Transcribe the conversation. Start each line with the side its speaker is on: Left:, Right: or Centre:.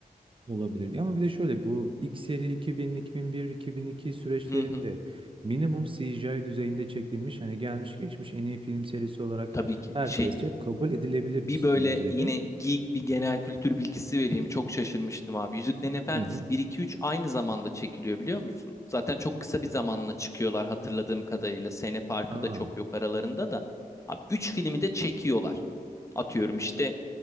Right: Olabilir. Ama bir de şöyle bu ilk seri 2000, 2001, 2002 süreçlerinde
Left: Hı hı.
Right: minimum CGI düzeyinde çekilmiş. Hani gelmiş geçmiş en iyi film serisi olarak
Left: Tabii ki.
Right: herkesçe
Left: Şey,
Right: kabul edilebilir
Left: bir
Right: bir
Left: böyle
Right: düzeyde.
Left: yine geek bir genel kültür bilgisi vereyim. Çok şaşırmıştım abi. Yüzüklerin Efendisi
Right: Hı hı.
Left: bir iki üç aynı zamanda çekiliyor biliyor musun? Zaten çok kısa bir zamanla çıkıyorlar hatırladığım kadarıyla. Sene farkı
Right: Aa.
Left: da çok yok aralarında da. Abi 3 filmi de çekiyorlar. Atıyorum işte